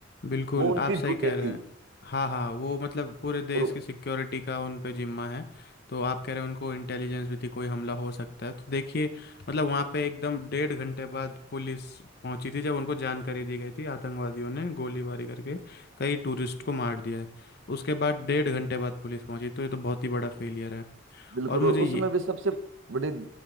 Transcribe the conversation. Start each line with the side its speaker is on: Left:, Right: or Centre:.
Left: बिल्कुल
Right: वो उनकी
Left: आप सही
Right: ड्यूटी
Left: कह
Right: थी
Left: रहे हैं हाँ हाँ वो मतलब पूरे देश
Right: और
Left: की सिक्योरिटी का उन पे जिम्मा है तो आप कह रहे हैं उनको इंटेलिजेंस भी थी कोई हमला हो सकता है तो देखिए मतलब वहाँ पे एकदम डेढ़ घंटे बाद पुलिस पहुंची थी जब उनको जानकारी दी गई थी आतंकवादियों ने गोलीबारी करके कई टूरिस्ट को मार दिया है उसके बाद डेढ़ घंटे बाद पुलिस पहुंची तो ये तो बहुत ही बड़ा फेलियर है
Right: बिल्कुल
Left: और मुझे
Right: और
Left: ये
Right: उसमें भी सबसे बड़ी